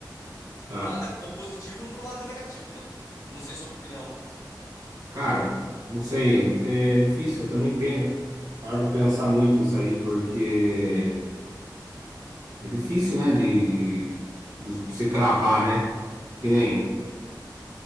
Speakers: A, on the right; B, on the left.
A: Tá.
B: Por um lado é bom positivo, um por um lado é negativo, né? Não sei sua opinião.
A: Cara, não sei, eu- é difícil. Eu também pe- paro pra pensar muito nisso aí, porque é difícil, né, de, de, de você cravar, né? Que nem.